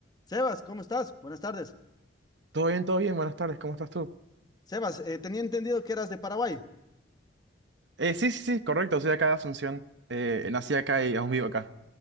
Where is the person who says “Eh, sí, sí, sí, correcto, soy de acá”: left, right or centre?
Right